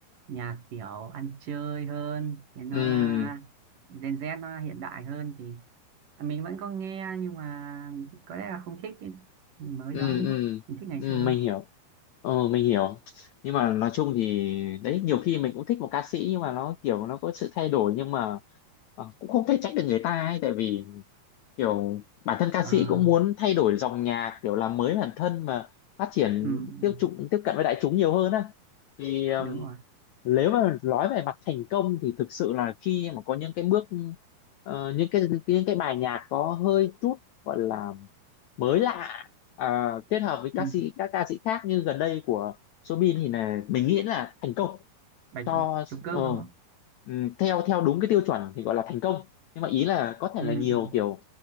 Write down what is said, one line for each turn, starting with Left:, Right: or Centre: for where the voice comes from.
Right: nhạc kiểu ăn chơi hơn thì nó
Left: ừ
Right: gen Z nó hiện đại hơn thì mình vẫn có nghe nhưng mà có lẽ là không thích cái mới
Left: ừ
Right: đó nữa
Left: ừ
Right: mình thích ngày
Left: ừ
Right: xưa hơn
Left: mình hiểu Ờ, mình hiểu nhưng mà nói chung thì đấy nhiều khi mình cũng thích một ca sĩ nhưng mà nó kiểu nó có sự thay đổi nhưng mà ờ, cũng không thể trách được người ta ấy tại vì kiểu bản thân ca
Right: à,
Left: sĩ cũng muốn thay đổi dòng nhạc kiểu làm mới bản thân mà phát triển
Right: ừ, ừ,
Left: tiêu chuẩn tiếp cận với đại chúng nhiều hơn á thì ừm,
Right: đúng rồi
Left: nếu mà nói về mặt thành công thì thực sự là khi mà có những cái bước ờ, những cái những cái bài nhạc có hơi chút gọi là mới lạ à, kết hợp với ca
Right: ừ.
Left: sĩ các ca sĩ khác như gần đây của Soobin thì là mình nghĩ là thành công
Right: bài
Left: cho
Right: trống trống cơm
Left: ờ,
Right: đúng không
Left: ừm, theo theo đúng cái tiêu chuẩn thì gọi là thành công nhưng mà ý là có thể
Right: ừ,
Left: là nhiều
Right: ừ,
Left: kiểu